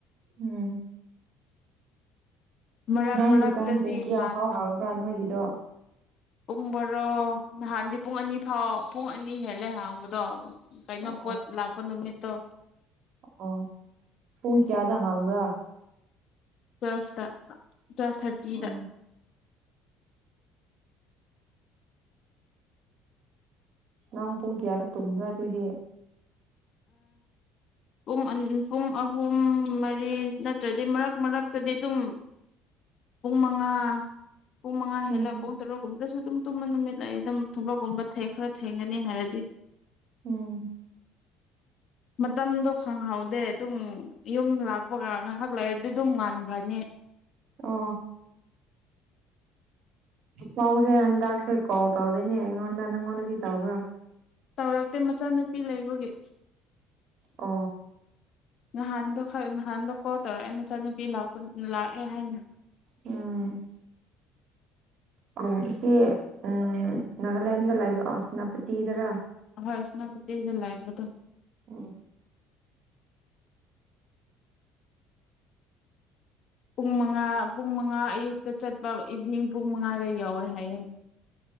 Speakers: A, on the right; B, on the left.
A: ꯎꯝ
B: ꯃꯔꯛ
A: ꯅꯍꯪ
B: ꯃꯔꯛꯇꯗꯤ
A: ꯗꯨꯀꯥꯟ ꯄꯨꯡ ꯀꯌꯥꯐꯥꯎ
B: ꯉꯥꯟ
A: ꯍꯥꯡꯕ꯭ꯔꯥ ꯅꯣꯏꯒꯤꯗꯣ
B: ꯄꯨꯡ ꯣꯔꯣ ꯅꯍꯥꯟꯗꯤ ꯄꯨꯡ ꯑꯅꯤ ꯐꯥꯎ ꯄꯨꯡ ꯑꯅꯤ ꯍꯦꯜꯂꯦ ꯍꯥꯡꯕꯗꯣ ꯀꯩꯅꯣ
A: ꯑꯣ
B: ꯄꯣꯠ ꯂꯥꯛꯄ ꯅꯨꯝꯅꯤ ꯇꯣ
A: ꯑꯣ ꯄꯨꯡ ꯀꯌꯥꯗ ꯍꯥꯡꯕ꯭ꯔꯥ
B: ꯁꯇ ꯇꯨꯋꯦꯜꯐ ꯊꯥꯔꯇꯤꯗ
A: ꯑꯣ ꯅꯪ ꯄꯨꯡ ꯀꯌꯥꯗ ꯇꯨꯝꯕ꯭ꯔꯥ ꯑꯗꯨꯏꯗꯤ
B: ꯄꯨꯡ ꯄꯨꯡ ꯑꯍꯨꯝ ꯃꯔꯤ ꯅꯠꯇ꯭ꯔꯗꯤ ꯃꯔꯛ ꯃꯔꯛꯇꯗꯤ ꯑꯗꯨꯝ ꯄꯨꯡ ꯃꯉꯥ ꯄꯨꯡ ꯃꯉꯥ
A: ꯎꯝ
B: ꯍꯂ ꯄꯨꯡ ꯇꯔꯣꯛꯒꯨꯝꯗꯁꯨꯅ ꯇꯨꯝ ꯇꯨꯝꯕ ꯅꯨꯃꯤꯠ ꯂꯩ ꯑꯗꯨꯝ ꯊꯕꯛꯀꯨꯝꯕ ꯈꯔ ꯊꯦꯡꯒꯅꯤ ꯍꯥꯏꯔꯗꯤ
A: ꯎꯝ
B: ꯃꯇꯝꯗꯣ ꯈꯪꯍꯧꯗꯦ ꯑꯗꯨꯝ ꯌꯨꯝ ꯂꯥꯛꯄꯒ ꯉꯥꯏꯍꯥꯛ ꯂꯩꯔꯗꯤ ꯑꯗꯨꯝ ꯉꯥꯟꯈ꯭ꯔꯅꯤ
A: ꯑ ꯀꯥꯎꯁꯦ ꯍꯟꯗꯛꯁꯦ ꯀꯥꯎ ꯇꯥꯎꯗꯣꯏꯅꯦ ꯑꯩꯉꯣꯟꯗ ꯅꯪꯉꯣꯟꯗꯗꯤ ꯇꯕ꯭ꯔꯥ
B: ꯇꯧꯔꯛꯇꯦ ꯃꯆꯥꯅꯨꯄꯤ ꯂꯩꯕꯒꯤ
A: ꯑ
B: ꯅꯍꯥꯟꯗꯣ ꯅꯍꯥꯟꯗꯣ ꯀꯣꯜ ꯇꯧꯔꯛꯑꯦ ꯃꯆꯥꯅꯨꯄꯤꯄ ꯂꯥꯛꯑꯦ ꯍꯥꯏꯅ
A: ꯎꯝ ꯑꯣ ꯏꯆꯦ ꯎꯝ ꯅꯥꯒꯥꯂꯦꯟꯗ ꯂꯥꯏꯕꯑꯣ ꯁꯦꯅꯥꯄꯇꯤꯗꯔꯥ
B: ꯍꯣꯏ ꯏꯁꯅꯕꯨꯗꯤꯗ ꯂꯑꯕꯗꯨ
A: ꯎꯝ
B: ꯄꯨꯡ ꯃꯉꯥ ꯄꯨꯡ ꯃꯉꯥ ꯑꯌꯨꯛꯇ ꯆꯠꯄ ꯏꯚꯤꯅꯤꯡ ꯄꯨꯡ ꯃꯉꯥꯗ ꯌꯥꯎꯋꯦ ꯍꯥꯏꯌꯦꯦ